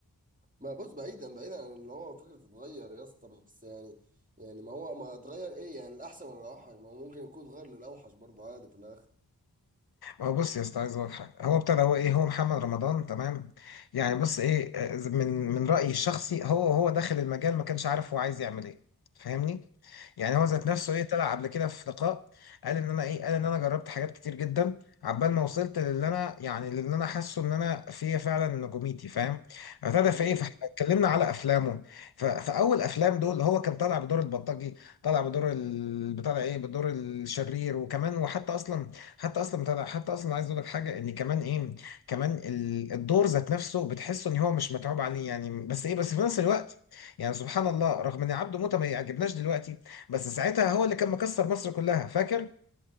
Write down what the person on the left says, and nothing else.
هو بص يا اسطى عايز اقول لك حاجه هو ابتدى هو ايه هو محمد رمضان تمام يعني بص ايه آه، من من رايي الشخصي هو هو داخل المجال ما كانش عارف هو عايز يعمل ايه فاهمني يعني هو ذات نفسه ايه طلع قبل كده في لقاء قال ان انا ايه قال ان انا جربت حاجات كتير جدا عبال ما وصلت للي انا يعني للي انا حاسه ان انا فيا فعلا نجوميتي فاهم ابتدى
في ايه فاحنا اتكلمنا على افلامه ف- فاول افلام دول هو كان طالع بدور البلطجي طالع بدور ال- بتاع ده ايه بدور الشرير وكمان وحتى اصلا حتى اصلا بتاع ده- حتى اصلا عايز اقول لك حاجه ان كمان ايه كمان ال- الدور ذات نفسه بتحسه ان هو مش متعوب عليه يعني بس ايه بس في نفس الوقت يعني سبحان الله رغم ان عبده موته ما يعجبناش دلوقتي بس ساعتها هو اللي كان مكسر مصر كلها فاكر